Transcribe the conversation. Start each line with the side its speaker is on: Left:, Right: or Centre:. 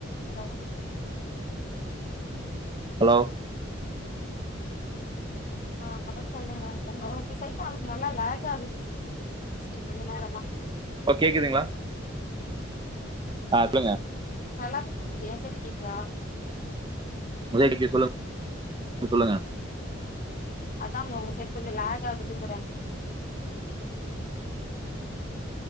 Left: Hello
Right: hello
Left: ஆ அத சொல்லுங்க உங்க உங்க சைட்டு அளுங்க நல்லா லேக் ஆகுது ஸ்ட்ரி கொஞ்ச நேரமா
Right: ஓ கேக்குதுங்களா ஆ சொல்லுங்க
Left: நல்லாவே கேக்குது ஏ சைடு கேக்குதா
Right: முதடிக்கு சொல்லுங் சொல்லுங்க
Left: அதாங்க உங்க சைடு கொஞ்ச லேகு ஆகுதுங்கிறாங்